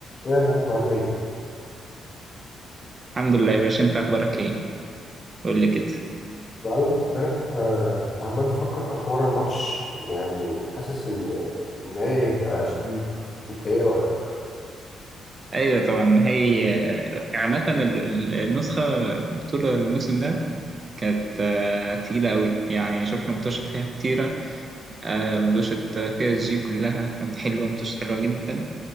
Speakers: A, on the left; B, on the right.
A: يا معلم عامل ايه؟
B: الحمد لله يا باشا انت اخبارك ايه قول لي كده
A: معلم امبارح آه، كنت عمال بفكر في حوار الماتش يعني حاسس ان ان هي هيبقى شديد انت ايه رأيك؟
B: ايوه طبعا هي آه، عامه ال- ال- النسخه البطوله الموسم ده كانت آه، تقيله قوي يعني شفنا متوشه فيها كتيره آه، متوشه بي اس جي كلها كانت حلوه متوشه حلوه جدا